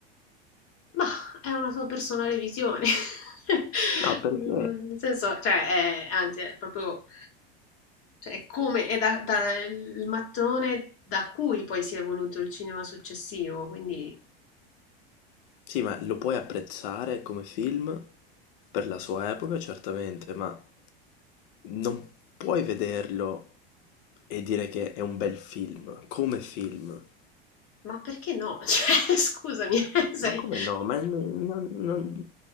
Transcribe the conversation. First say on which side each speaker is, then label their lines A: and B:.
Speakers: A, on the left; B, on the left.
A: Mah, è una tua personale visione. <laughs>
B: No, perché?
A: Mhmm, nel senso, cioè, è anzi, è proprio cioè, è come è da da il mattone da cui poi si è evoluto il cinema successivo, quindi
B: Sì, ma lo puoi apprezzare come film per la sua epoca, certamente, ma non puoi vederlo e dire che è un bel film, come film.
A: ma perché no? <laughs> Cioè, scusami, <laughs> sei
B: Ma come no? Ma, non- non- non-